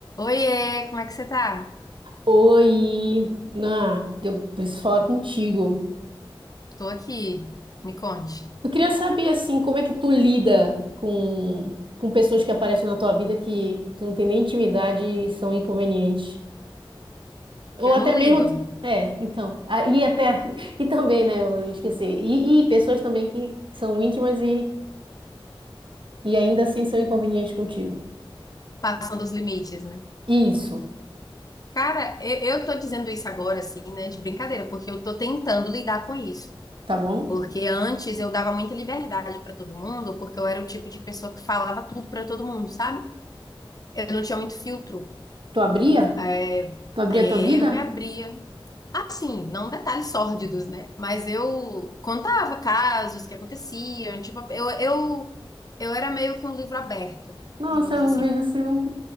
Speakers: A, on the left; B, on the right.
A: Oiê, como é que você tá?
B: Oi, ah, eu preciso falar contigo.
A: Tô aqui, me conte.
B: Eu queria saber assim, como é que tu lida com, com pessoas que aparecem na tua vida que tu não tem nem intimidade e são inconvenientes. Ou
A: Eu
B: até
A: não
B: mesmo,
A: lido,
B: é, então, ah, e até <laughs> e também, né, eu esqueci. E, e pessoas também que são íntimas e, e ainda assim são inconvenientes contigo.
A: passando os limites, né?
B: Isso,
A: Cara, eu, eu tô dizendo isso agora, assim, né, de brincadeira, porque eu tô tentando lidar com isso.
B: tá bom?
A: Porque antes eu dava muita liberdade pra todo mundo, porque eu era o tipo de pessoa que falava tudo pra todo mundo, sabe? Eu não tinha muito filtro.
B: Tu abria?
A: É,
B: Tu abria
A: é,
B: a tua vida?
A: eu me abria. Assim, não detalhes sórdidos, né? Mas eu contava casos que aconteciam, tipo, eu, eu Eu era meio que um livro aberto,
B: Nossa,
A: digamos
B: eu
A: assim.
B: vejo assim, não,